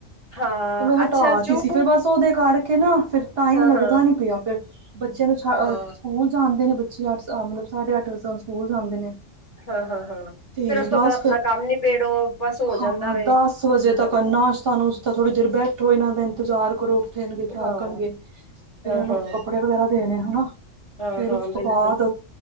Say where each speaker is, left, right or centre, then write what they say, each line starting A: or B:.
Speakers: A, on the left; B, on the right.
A: ਹਾਂ
B: ਤੇ ਮੈਂ ਹਟਾਤੀ
A: ਅੱਛਾ ਜੋ
B: ਸੀ ਫਿਰ ਬਸ ਸੋਦੇ ਕਰਕੇ ਨਾ ਫਿਰ ਟਾਈਮ
A: ਹਾਂ
B: ਲੱਗਦਾ
A: ਹਾਂ
B: ਨੀ ਪਿਆ, ਫੇਰ ਬੱਚਿਆਂ ਨੂੰ ਸਕੂਲ
A: ਹਾਂ
B: ਜਾਂਦੇ ਨੇ ਪੱਚੀ ਅੱਠ ਮਤਲਬ ਸਾਡੇ ਅੱਠ ਵੱਜ ਸਕੂਲ ਜਾਂਦੇ ਨੇ
A: ਹਾਂ-ਹਾਂ-ਹਾਂ,
B: ਤੇ
A: ਫਿਰ ਉਸ ਤੋਂ
B: ਬਸ
A: ਬਾਅਦ ਆਪਣਾ
B: ਫਿਰ
A: ਕੰਮ ਨਿਬੇੜੋ ਬਸ ਹੋ
B: ਹਾਂ
A: ਜਾਂਦਾ ਵੇ
B: ਦਸ ਵਜੇ
A: ਹੋ
B: ਤੱਕ
A: ਜਾਂਦਾ
B: ਅੰਨਾ ਸਾਨੂੰ ਉਸ ਤਾਂ ਥੋੜ੍ਹੀ ਦੇਰ ਬੈਠੋ ਇਹਨਾਂ ਦਾ ਇੰਤਜ਼ਾਰ ਕਰੋ। ਫੇਣਗੇ ਜਾਗਣਗੇ,
A: ਹਾਂ
B: ਫੇਰ
A: ਹਾਂ
B: ਉਹਨੂੰ
A: ਹਾਂ
B: ਕੱਪੜੇ ਵਗੈਰਾ ਦੇਣੇ ਹਨਾ।
A: ਹਾਂ
B: ਫੇਰ
A: ਹਾਂ
B: ਉਸ
A: ਬਿਲਕੁਲ
B: ਤੋਂ ਬਾਅਦ